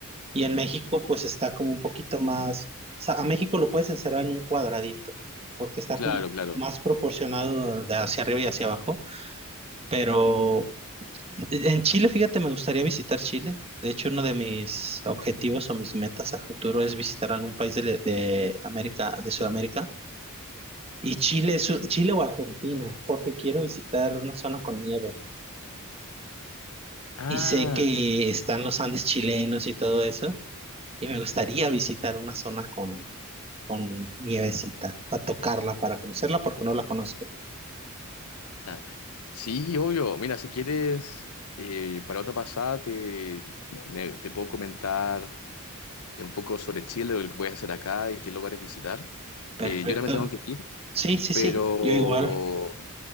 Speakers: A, on the right; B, on the left.
A: Y en México, pues está como un poquito más. O sea, a México lo puedes encerrar en un cuadradito, porque está
B: Claro,
A: como
B: claro.
A: más proporcionado de hacia arriba y hacia abajo. Pero En Chile, fíjate, me gustaría visitar Chile. De hecho, uno de mis objetivos o mis metas a futuro es visitar algún país de, le- de América, de Sudamérica. Y Chile, es u- Chile o Argentina, porque quiero visitar una zona con nieve.
B: Ah,
A: Y sé que están los Andes chilenos y todo eso. Y me gustaría visitar una zona con, con nievecita, para tocarla, para conocerla, porque no la conozco.
B: <laughs> sí, obvio. Mira, si quieres, eh, para otra pasada te, me- te puedo comentar. un poco sobre Chile, lo que puedes hacer acá y qué lugares visitar.
A: Perfecto.
B: Eh, yo ahora me tengo que ir,
A: Sí, sí,
B: pero,
A: sí, yo igual.